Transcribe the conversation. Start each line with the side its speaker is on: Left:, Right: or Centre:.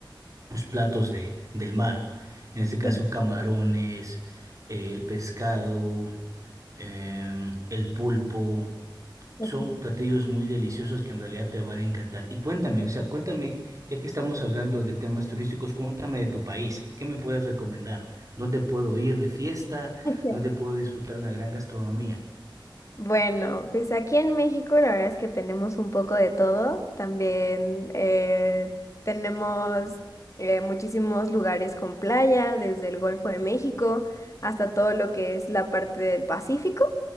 Right: los platos de, del mar. En este caso,
Left: sí,
Right: camarones, eh, el pescado, em, el pulpo.
Left: ok.
Right: Son platillos muy deliciosos que en realidad te van a encantar. Y cuéntame, o sea, cuéntame, ya que estamos hablando de temas turísticos, cuéntame de tu país. ¿Qué me puedes recomendar? ¿Dónde puedo ir de fiesta?
Left: <laughs>
Right: ¿Dónde puedo disfrutar una gran gastronomía?
Left: Bueno, pues aquí en México la verdad es que tenemos un poco de todo. También eh, tenemos eh, muchísimos lugares con playa, desde el Golfo de México hasta todo lo que es la parte del Pacífico,